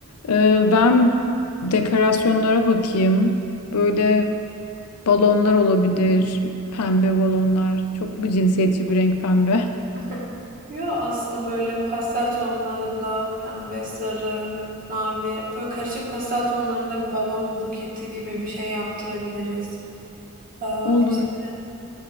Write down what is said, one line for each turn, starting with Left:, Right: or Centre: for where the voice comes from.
Left: Ee, ben dekorasyonlara bakayım. Böyle balonlar olabilir. Pembe balonlar. Çok mu cinsiyetçi bir renk pembe?
Right: <laughs> Yo aslında böyle pastel tonlarında pembe, sarı, mavi böyle karışık pastel tonlarında bir balon buketi gibi bir şey yaptırabiliriz. Aa,
Left: Olur.
Right: işte